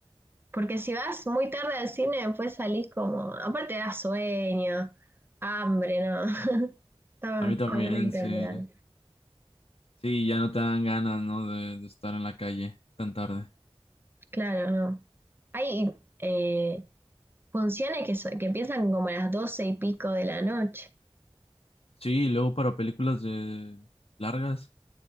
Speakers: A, on the right; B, on the left.
A: Porque si vas muy tarde al cine, después salís como. Aparte da sueño, hambre, ¿no? <laughs> Está,
B: A mí
A: está
B: también,
A: bueno ir temprano.
B: sí. Sí, ya no te dan ganas, ¿no? De, de estar en la calle tan tarde.
A: Claro, no. Hay eh, funciones que, so- que empiezan como a las doce y pico de la noche.
B: Sí, y luego para películas de largas,